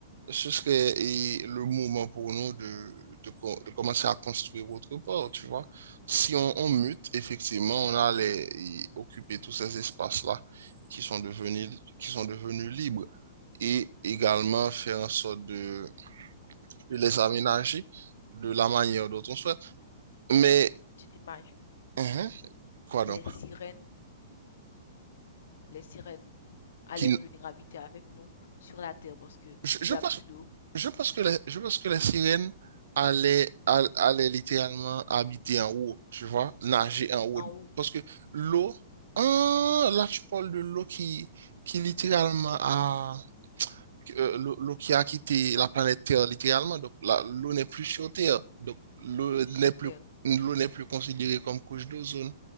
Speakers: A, on the right; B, on the left.
A: ce serait et, le moment pour nous de, de, co- de commencer à construire autre part, tu vois. Si on, on mute, effectivement, on allait y occuper tous ces espaces-là qui sont devenus, qui sont devenus libres et également faire en sorte de, de les aménager de la manière dont on souhaite. Mais,
B: Tu t'imagines?
A: mhm, quoi donc?
B: Les sirènes, les sirènes allaient
A: Qui,
B: venir habiter avec nous sur la terre parce que il
A: je, je
B: y
A: pense
B: a plus d'eau
A: Je pense que les, je pense que les sirènes allaient, all- allaient littéralement habiter en haut, tu vois, nager en haut.
B: en haut,
A: Parce que l'eau, ah, là tu parles de l'eau qui, qui littéralement a, euh, l'eau l'eau qui a quitté la planète Terre littéralement. Donc la- l'eau n'est plus sur Terre. Donc l'eau
B: plus
A: n'est
B: sur
A: plus,
B: terre.
A: l'eau n'est plus considérée comme couche d'ozone.